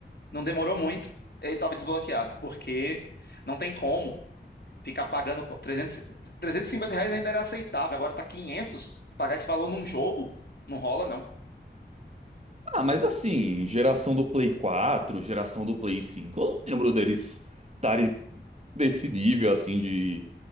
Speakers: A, on the left (about 60°); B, on the right (about 35°).
A: não demorou muito, ele estava desbloqueado, porque não tem como ficar pagando 300, 350 reais ainda era aceitável, agora tá 500, pagar esse valor num jogo, não rola não.
B: Ah, mas assim, geração do Play 4, geração do Play 5, eu não lembro deles estarem desse nível assim de